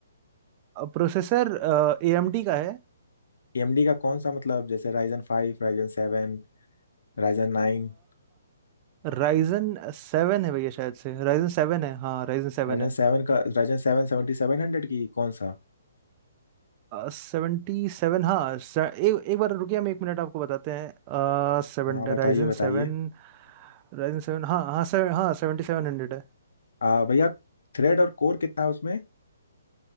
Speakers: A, on the right (about 30°); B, on the left (about 65°).
A: प्रोसेसर ए एम डी का है
B: एएमडी का कौन सा मतलब जैसे Ryzen five Ryzen seven Ryzen nine
A: राइजन सेवन है भैया शायद से राइजन सेवन है हाँ राइजन सेवन
B: Ryzen
A: है
B: seven का Ryzen seven seventy seven hundred की कौन सा
A: सेवेंटी सेवन हाँ से, एक एक बार रुकिए हम एक मिनट आपको बताते हैं Seven
B: हाँ बताइए
A: Ryzen
B: बताइए
A: seven Ryzen seven हाँ हाँ से, हाँ सेवेंटी सेवन हंड्रेड
B: आ, भैया थ्रेड और कोर कितना है उसमें